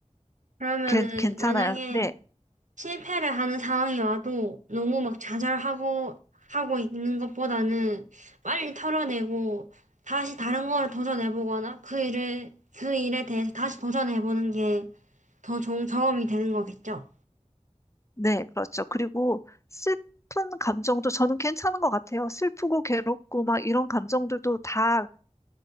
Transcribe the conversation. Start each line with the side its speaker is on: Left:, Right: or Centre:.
Right: 그러면은
Left: 괜, 괜찮아요.
Right: 만약에
Left: 네.
Right: 실패를 하는 상황이 와도 너무 막 좌절하고 하고 있는 것보다는 빨리 털어내고 다시 다른 거를 도전해보거나 그 일을 그 일에 대해서 다시 도전해보는 게 더 좋은 경험이 되는 거겠죠.
Left: 네, 그렇죠. 그리고 슬픈 감정도 저는 괜찮은 것 같아요. 슬프고 괴롭고 막 이런 감정들도 다